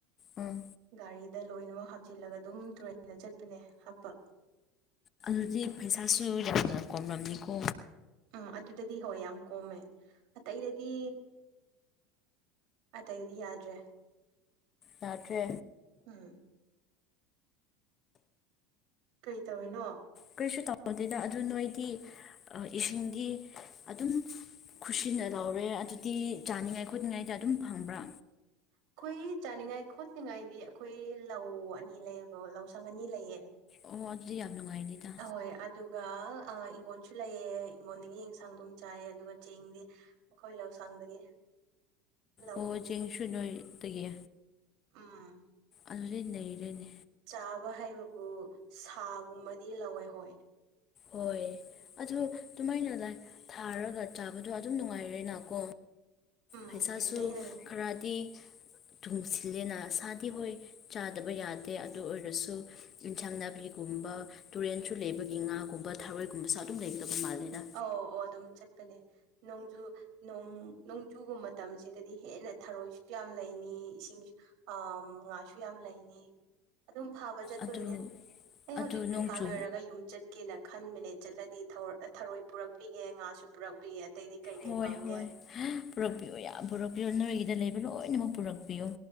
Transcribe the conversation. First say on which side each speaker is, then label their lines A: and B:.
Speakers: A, on the left; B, on the right.
A: ꯎꯝ
B: ꯒꯥꯔꯤꯗ ꯂꯣꯏꯅꯃꯛ ꯍꯥꯞꯆꯤꯜꯂꯒ ꯑꯗꯨꯝ ꯇꯨꯔꯦꯟꯅ ꯆꯠꯄꯅꯦ ꯍꯥꯞꯄ꯫
A: ꯑꯗꯨꯗꯤ ꯐꯩꯁꯥꯁꯨ ꯌꯥꯝꯅ ꯀꯣꯝꯂꯝꯅꯤꯀꯣ꯫
B: ꯑ ꯑꯗꯨꯗꯗꯤ ꯍꯣꯏ ꯌꯥꯝ ꯀꯣꯝꯃꯦ ꯑꯇꯩꯗꯗꯤ__ ꯑꯇꯩꯗꯤ ꯌꯥꯗ꯭ꯔꯦ꯫
A: ꯌꯥꯗ꯭ꯔꯦ꯫
B: ꯎꯝ ꯀꯔꯤ ꯇꯧꯔꯤꯅꯣ
A: ꯀꯔꯤꯁꯨ ꯇꯧꯗꯦꯗ ꯑꯗꯨ ꯅꯣꯏꯗꯤ ꯏꯁꯤꯡꯒꯤ ꯑꯗꯨꯝ ꯈꯨꯁꯤꯟꯅ ꯂꯧꯔꯦ ꯑꯗꯨꯗꯤ ꯆꯥꯅꯤꯡꯉꯥꯏ ꯈꯣꯠꯅꯤꯡꯉꯥꯏꯗ ꯑꯗꯨꯝ ꯐꯪꯕ꯭ꯔꯥ
B: ꯑꯩꯈꯣꯏ ꯆꯥꯅꯤꯡꯉꯥꯏ ꯈꯣꯠꯅꯤꯡꯉꯥꯏꯗꯤ ꯑꯩꯈꯣꯏ ꯂꯧ ꯑꯅꯤ ꯂꯩꯌꯦꯕꯣ ꯂꯧꯁꯪ ꯑꯅꯤ ꯂꯩꯌꯦ
A: ꯑꯣ ꯑꯗꯨꯗꯤ ꯌꯥꯝ ꯅꯨꯡꯉꯥꯏꯅꯤꯗ
B: ꯍꯣꯏ ꯑꯗꯨ ꯑꯗꯨꯒ ꯏꯪꯈꯣꯟꯁꯨ ꯂꯩꯑ ꯏꯤꯡꯒꯣꯟꯜꯗꯒꯤ ꯑꯦꯟꯁꯥꯡ ꯑꯗꯨꯝ ꯆꯥꯏꯌꯦ ꯑꯗꯨꯒ ꯆꯦꯡꯗꯤ ꯑꯩꯈꯣꯏ ꯂꯧꯁꯪꯗꯒꯤ ꯂꯧꯗꯒꯤ
A: ꯑꯣ ꯆꯦꯡꯁꯨ ꯅꯣꯏꯗꯒꯤ
B: ꯑꯥꯝ
A: ꯑꯗꯨꯗꯤ ꯅꯩꯔꯦꯅꯦ
B: ꯆꯥꯕ ꯍꯩꯕꯕꯨ ꯁꯥꯒꯨꯝꯕꯗꯤ ꯂꯧꯋꯦ ꯍꯣꯏ
A: ꯍꯣꯏ ꯑꯗꯣ ꯑꯗꯨꯃꯥꯏꯅ ꯊꯥꯔꯒ ꯆꯥꯕꯗꯣ ꯑꯗꯨꯝ ꯅꯨꯡꯉꯥꯏꯔꯦꯅꯀꯣ
B: ꯎꯝ
A: ꯄꯩꯁꯥꯁꯨ
B: ꯑꯗꯨꯅ ꯍꯦꯟꯅ ꯑꯧ
A: ꯈꯔꯗꯤ ꯇꯨꯡꯁꯤꯜꯂꯦꯅꯁꯥꯗꯤ ꯍꯣꯏ ꯆꯥꯗꯕ ꯌꯥꯗꯦ ꯑꯗꯨ ꯑꯣꯏꯔꯁꯨ ꯏꯟꯁꯥꯡ ꯅꯥꯄꯤꯒꯨꯝꯕ ꯇꯨꯔꯦꯟꯁꯨ ꯂꯩꯕꯒꯤ ꯉꯥꯒꯨꯝꯕ ꯊꯥꯔꯣꯏꯒꯨꯝꯕꯁꯨ ꯑꯗꯨꯝ ꯂꯩꯒꯗꯕ ꯃꯥꯜꯂꯤꯦꯗ
B: ꯑꯣ ꯑꯣ ꯑꯗꯨꯝ ꯆꯠꯄꯅꯦ ꯅꯣꯡꯖꯨ ꯅꯣꯡ ꯅꯣꯡꯆꯨꯕ ꯃꯇꯝꯁꯤꯗꯗꯤ ꯍꯦꯟꯅ ꯊꯔꯣꯏꯁꯨ ꯌꯥꯝ ꯂꯩꯅꯤ ꯏꯁꯤꯡꯁꯨ ꯑ ꯉꯥꯁꯨ ꯌꯥꯝ ꯂꯩꯅꯤ꯫ ꯑꯗꯨꯝ ꯐꯥꯕ ꯆꯠꯇꯣꯏꯅꯦ
A: ꯑꯗꯨ
B: ꯑꯩ
A: ꯑꯗꯨ
B: ꯍꯧꯖꯤꯛ ꯄ꯭ꯔꯤꯈꯥ
A: ꯅꯣꯡ ꯆꯨ
B: ꯂꯣꯏꯔꯒ ꯌꯨꯝ ꯆꯠ ꯀꯦꯅ ꯈꯟꯕꯅꯦ ꯆꯠꯂꯗꯤ ꯊꯔꯣꯏ ꯑꯩ ꯊꯔꯣꯏ ꯄꯨꯔꯛꯄꯤꯒꯦ ꯉꯥꯁꯨ ꯄꯨꯔꯛꯄꯤꯒꯦ ꯑꯇꯩꯗꯤ ꯀꯩ ꯀꯩ
A: ꯍꯣꯏ
B: ꯄꯥꯝꯒꯦ
A: ꯍꯣꯏ ꯄꯨꯔꯛꯄꯤꯌꯣ ꯌꯥꯝ ꯄꯨꯔꯛꯄꯤꯌꯣ ꯅꯣꯏꯒꯤꯗ ꯂꯩꯕ ꯂꯣꯏꯅꯃꯛ ꯄꯨꯔꯛꯄꯤꯌꯣ꯫